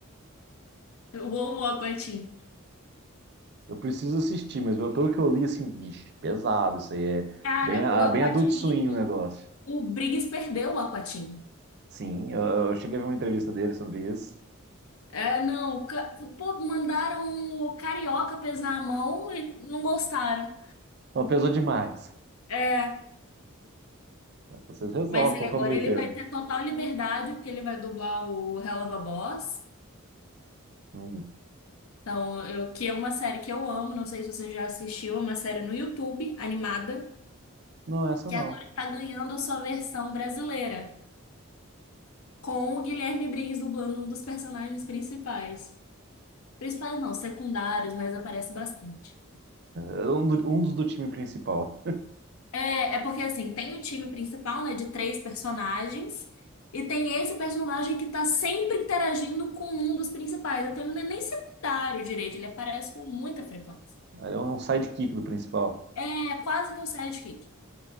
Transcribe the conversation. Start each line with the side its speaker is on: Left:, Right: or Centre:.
Left: Eu amo o Aquatim.
Right: Eu preciso assistir, mas pelo que eu li, assim, vixe, pesado, isso aí é
Left: Cara,
Right: bem, ah,
Left: o Aquatim,
Right: bem adulto swing o negócio.
Left: o Briggs perdeu o Aquatim.
Right: Sim, eu, eu cheguei a ver uma entrevista dele sobre isso.
Left: É, não, o ca- pô, mandaram o Carioca pesar a mão e não gostaram.
Right: Não, pesou demais.
Left: É,
Right: Mas Vocês resolvem
Left: mas ele
Right: qual
Left: agora
Right: que é o meio
Left: ele
Right: termo.
Left: vai ter total liberdade, porque ele vai dublar o Hell of a Boss.
Right: Hum.
Left: Então, eu, que é uma série que eu amo, não sei se você já assistiu, é uma série no YouTube, animada,
Right: Não, essa
Left: que
Right: não.
Left: agora tá ganhando a sua versão brasileira, com o Guilherme Briggs dublando um dos personagens principais. Principais não, secundários, mas aparece bastante.
Right: É, é um, do- um dos do time principal.
Left: É, é porque assim, tem o time principal, né, de três personagens, e tem esse personagem que tá sempre interagindo com um dos principais. Então ele não é nem secundário direito, ele aparece com muita frequência.
Right: Ele é um sidekick do principal.
Left: É quase que um sidekick.